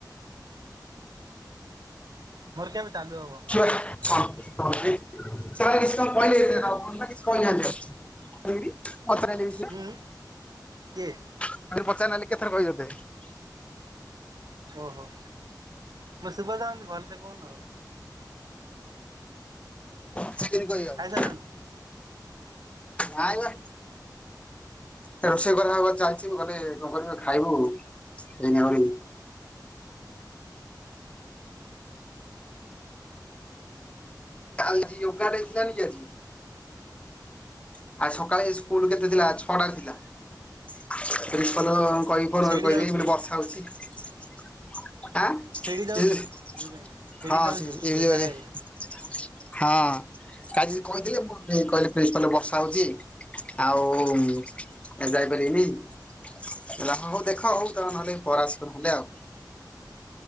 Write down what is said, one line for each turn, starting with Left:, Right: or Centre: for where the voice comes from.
Right: ମୋର କେବେ ଚାଲୁ ହବ?
Left: ହଁ <inaudible> ହ <inaudible> ସେମାନେ କିଛିତ କହିଲେନି କଣନାଁ କିଛି କହିନାହାନ୍ତି ଆଉ?
Right: ହୁଁ କିଏ?
Left: ଆଉରି ପଚାରି ନାହାନ୍ତି କେତଥର କହିିବି ତତେ।
Right: ଓହୋ। ମୁଁ ଶୁଭା ଯାଉନି ଭଲସେ କହୁନୁ ଆଉ।
Left: ଚିକେନ୍ କରିବା ଆଉ।
Right: ଖାଇସାରିଲୁଣୁ
Left: ନଇବେ। ଏ ରୋଷେଇ କରିବା ପା ଚାଲିଛିି କଲେ କଣ କରିବୁ ନାଁ ଖାଇବୁ ଏଇନା ଆଉ ଆଜି ୟୋଗା ଡେ ଥିଲା ଜାଣିଚୁ ଆଜି? ଆଜି ସକାଳେ ସ୍କୁଲ କେତେ ଥିଲା ଛଅଟା ଥିଲା ପ୍ରିନ୍ପାଲ କହିକି
Right: ସେଇଠି ଯାଉଚି
Left: <inaudible> କହିଦେଲି ମୁଁ କହିଲି ବର୍ଷା
Right: ସେଇଠି
Left: ହଉଛି।
Right: ଯାଉଚୁ
Left: ଆଁ
Right: ଇଏ ପାଇଁ
Left: ହଁ
Right: ସେଇଠି ଯାଉଚୁ
Left: ସେ
Right: ଯୋଗାଡେ
Left: ଏ ଯଛି <unintelligible> ହଁ ଆଜି କହିଥିଲେ ମୋ <unintelligible> ବର୍ଷା ହଉଚି ଆଉ ମୁଁ ଯାଇପାରିବିନି। କହିଲେ ହଉ ହଉ ଦେଖ ହଉ ତମେ ନହଲେ ପରେ ଆସିବ ନହେଲେ ଆଉ।